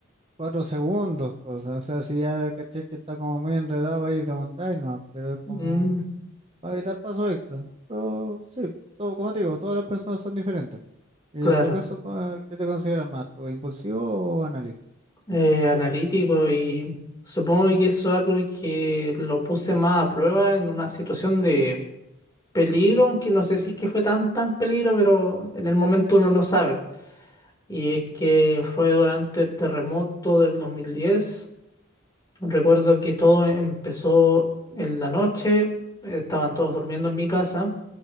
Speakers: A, on the right; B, on the left.
A: cuatro segundos, pues, o sea, si ya caché que está como muy enredado ahí preguntáis, no, pero es como
B: Mm,
A: para evitar paso extra. Pero sí, todo, como te digo, todas las personas son diferentes. Y
B: claro.
A: en tu caso, co- ¿qué te consideras más, tú, impulsivo o analítico?
B: eh, analítico y supongo que eso es algo que lo puse más a prueba en una situación de peligro, aunque no sé si es que fue tan tan peligro, pero en el momento uno no sabe. Y es que fue durante el terremoto del dos mil diez Recuerdo que todo empezó en la noche, estaban todos durmiendo en mi casa,